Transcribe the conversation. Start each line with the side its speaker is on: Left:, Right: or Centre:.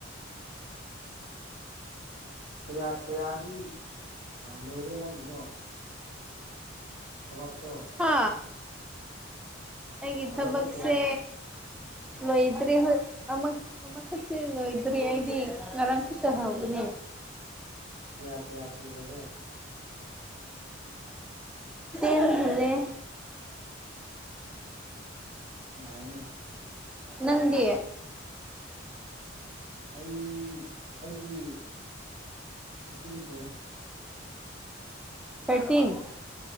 Right: ꯀꯌꯥ ꯀꯌꯥꯗꯤ ꯂꯣꯏꯔꯦ ꯅꯪꯒꯤꯗꯣ ꯊꯕꯥꯛꯇꯣ
Centre: ꯍꯥ ꯑꯩꯒꯤ
Right: ꯊꯕꯛꯇꯣ
Centre: ꯊꯕꯛꯁꯦ
Right: ꯀꯌꯥꯗꯤ
Centre: ꯁꯦ ꯂꯣꯏꯗ꯭ꯦ ꯍꯣꯏ ꯑꯃ ꯈꯔꯁ ꯂꯣꯏꯗ꯭ꯔꯤ ꯑꯩꯗꯤ ꯉꯔꯥꯡ ꯈꯇ ꯍꯥꯎꯧꯕꯅꯦ
Right: ꯀꯌꯥ ꯀꯌꯥ ꯁꯨꯈꯔꯒꯦ
Centre: ꯇ‌ꯦꯜ ꯍ‌ꯦꯜꯂ‌ꯦ
Right: ꯌꯥꯏꯅꯦ
Centre: ꯅꯪꯗꯤ
Right: ꯑꯩ ꯑꯩꯗꯤ ꯐꯤꯞꯇꯤꯟ ꯁꯨꯔꯦ
Centre: thirteen